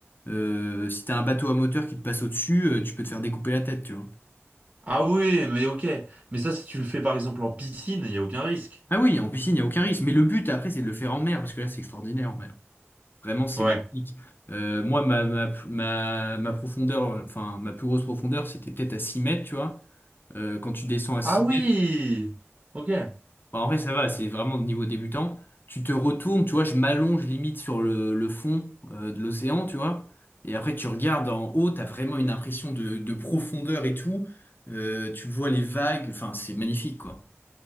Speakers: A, on the left; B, on the right.
A: Euh, si tu as un bateau à moteur qui te passe au-dessus, euh, tu peux te faire découper la tête, tu vois.
B: Ah oui, mais ok. Mais ça, si tu le fais par exemple en piscine, il n'y a aucun risque.
A: Ah oui, en piscine, il n'y a aucun risque. Mais le but, après, c'est de le faire en mer, parce que là, c'est extraordinaire en mer. Vraiment, c'est
B: Ouais.
A: magnifique. Euh, moi, ma, ma, ma, ma profondeur, euh, enfin, ma plus grosse profondeur, c'était peut-être à six mètres, tu vois. Euh, quand tu descends à
B: Ah
A: 6
B: oui!
A: mètres,
B: Ok.
A: bah, en vrai, ça va, c'est vraiment de niveau débutant. Tu te retournes, tu vois, je m'allonge limite sur le, le fond euh, de l'océan, tu vois. Et après, tu regardes en haut, t'as vraiment une impression de, de profondeur et tout. Euh, tu vois les vagues, enfin, c'est magnifique, quoi.